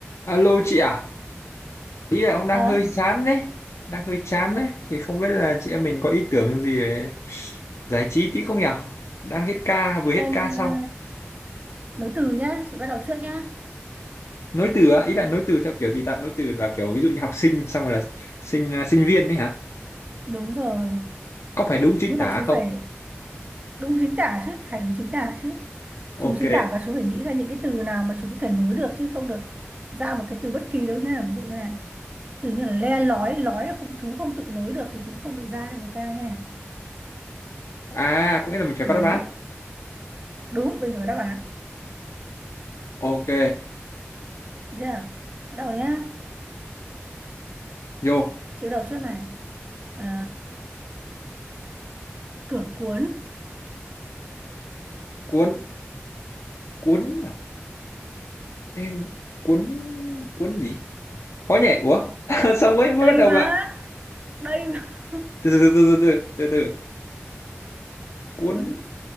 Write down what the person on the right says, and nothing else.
Hả?
Tên
ờ, nối từ nhá, chị bắt đầu trước nhá.
Đúng rồi,
nhưng
mà chú phải
đúng chính tả chứ, phải đúng chính tả chứ.
Chú chính tả và chú phải nghĩ ra những cái từ nào mà chú có thể nối được chứ không được ra một cái từ bất kỳ đâu nha. Ví dụ như là từ như là le lói, lói là không chú không tự nối được thì chú không được ra cho người ta nha.
Điều
đấy.
Đúng, bây giờ có đáp án.
Được Chưa? Bắt đầu nhá.
Chị bắt đầu trước này. Ờ, cửa cuốn.
Đây
mà.
Đây mà.
Cuốn.